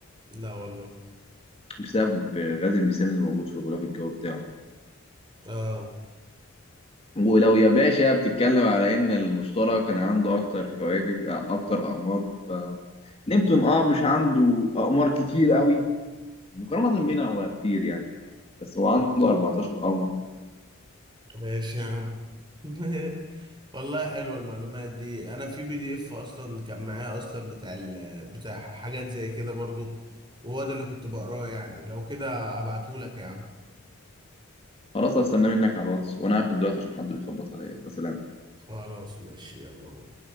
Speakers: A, on the right; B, on the left.
A: لا والله
B: بسبب غاز الميثان اللي موجود في الغلاف الجوي بتاعه
A: اه
B: ولو يا باشا بتتكلم على إن المشتري كان عنده أكتر كواكب آه، أكتر أقمار فنبتون أه مش عنده أقمار كتير قوي مقارنة بينا هو كتير يعني بس هو عنده 14 قمر
A: ماشي يا عم <laughs> والله حلوه المعلومات دي انا في بي دي اف اصلا كان معايا اصلا بتاع ال... بتاع حاجات زي كده برضو وهو ده اللي كنت بقراه يعني لو كده ابعتهولك يا عم
B: خلاص هستناه منك على الواتس وأنا هقفل دلوقتي عشان حد بيخبط عليا فسلام
A: خلاص ماشي يلا باي.